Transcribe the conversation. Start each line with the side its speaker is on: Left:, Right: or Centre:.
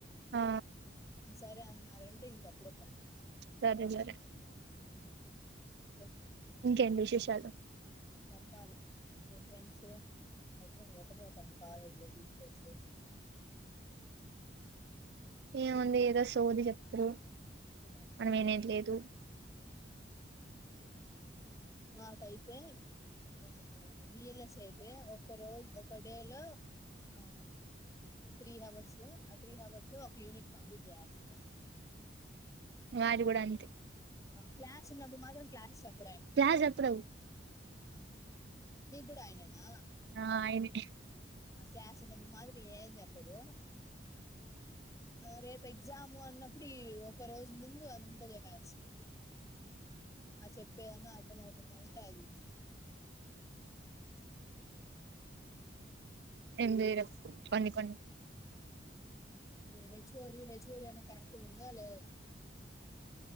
Right: ఆ
Left: ఆ సరే అన్నారంటే ఇంక అప్పుడే ప్లాన్
Right: సరే సరే
Left: మ్ ఇంకా
Right: ఇంకేంటి విశేషాలు
Left: చెప్పాలి మీ ఫ్రెండ్స్ అయితే ఏట్ట పోతాను కాలేజ్ లో టీచర్స్
Right: ఏముంది ఏదో సోది చెప్తా
Left: ఆ
Right: మనం ఇనేది లేదు
Left: మాకైతే ఆ విఎల్ఎస్ అయితే ఒక రోజ్ ఒక డే లో ఆ త్రీ హవర్స్ లో ఆ త్రీ అవర్స్ ఒక యూనిట్ కంప్లీట్ జెయస్తార అనమాట.
Right: వాడు కూడా అంతే
Left: క్లాస్ ఉన్నప్పుడు మాత్రం క్లాస్ చెప్
Right: క్లాస్ అప్పుడు
Left: ఆ మీ కూడా ఆయనేనా
Right: ఆ ఆయనే
Left: ఆ క్లాస్ ఉన్నపుడు మాత్రం ఏం చెప్పడు అ రేపు ఎగ్జాము అన్నప్పుడు ఇ ఒక రోజు ముందు అంతజబేస్తడు. ఆ చెప్పేదన్నా అర్థ అవుతుంద అంటే అదిల్
Right: ఎనిడ పన్ని కొన్ని
Left: మీ హెచ్ఓడి హెచ్ఓడి అన్న కరెక్ట్ ఉంద లేద